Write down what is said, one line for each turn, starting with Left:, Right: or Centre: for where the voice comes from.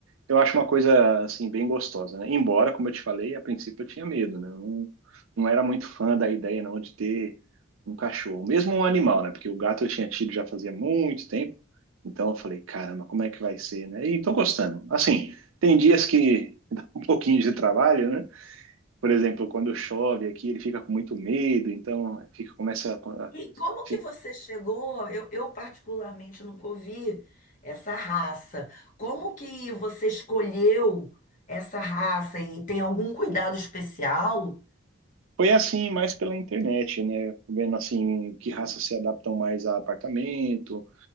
Right: eu acho uma coisa assim bem gostosa, né? Embora, como eu te falei, a princípio eu tinha medo, né? Eu não, não era muito fã da ideia não de ter um cachorro, mesmo um animal, né? Porque o gato eu tinha tido já fazia muito tempo, então eu falei, caramba, como é que vai ser, né? E tô gostando. Assim, tem dias que <laughs> dá um pouquinho de trabalho, né? Por exemplo, quando chove aqui, ele fica com muito medo, então fica começa a- a-
Left: E como
Right: fi-
Left: que você chegou? Eu, eu particularmente nunca ouvi essa raça. Como que você escolheu essa raça e tem algum cuidado especial?
Right: foi assim mais pela internet, né? Vendo assim que raças se adaptam mais a apartamento